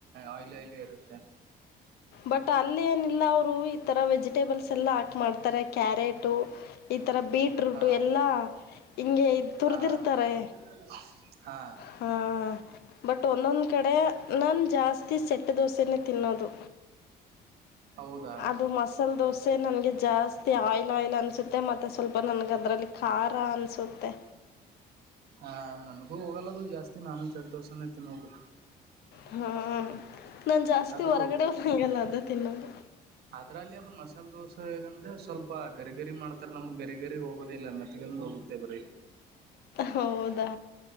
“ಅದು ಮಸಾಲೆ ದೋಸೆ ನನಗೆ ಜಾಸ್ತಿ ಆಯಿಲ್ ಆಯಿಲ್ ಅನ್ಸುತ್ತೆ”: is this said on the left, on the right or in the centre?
Left